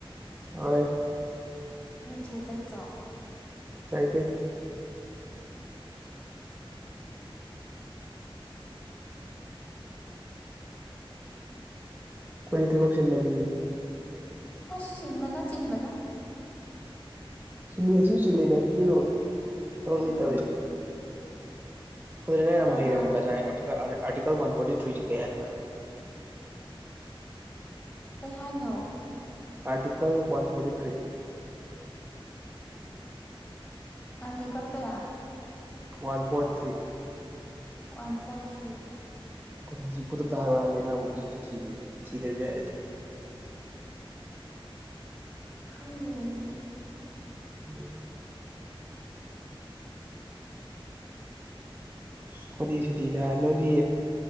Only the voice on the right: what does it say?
ꯍꯣꯏ
ꯂꯩꯇꯦ ꯑꯩꯈꯣꯏꯒꯤ ꯊꯕꯛ ꯆꯤꯟꯕ ꯃꯤꯅꯤ
ꯁꯤꯁꯤꯁꯨ ꯁꯤ ꯂꯩꯅ ꯍꯥꯏꯁꯤꯁꯨ ꯊꯕꯛ ꯅꯦ
ꯇꯧꯏꯁꯦ ꯑꯗꯨ ꯌꯥꯝ
ꯍꯩꯔꯦ ꯍꯥꯏꯕ ꯑꯔꯇꯤꯀꯜ ꯑꯥꯔꯇꯤꯀꯜ ꯋꯥꯟ ꯐꯣꯔꯇꯤ ꯊ꯭ꯔꯤꯁꯤ ꯀꯩ ꯍꯥꯏꯅꯣ ꯍꯥꯏꯔꯛꯑꯣ
article one forty three
one four three
ꯍꯧꯖꯤꯛ ꯈꯨꯗꯛꯇ ꯍꯥꯏꯔꯛꯑꯣ ꯍꯥꯏꯕꯅꯤ ꯑꯃꯨꯛ ꯏꯔ ꯊꯤꯗ꯭ꯔꯁꯨ ꯌꯥꯔꯦ ꯑꯗꯨꯗꯤ
<unintelligible> ꯑꯩꯈꯣꯏꯗꯤ ꯁꯨꯇꯤ ꯊꯥꯏ ꯅꯣꯏꯗꯤ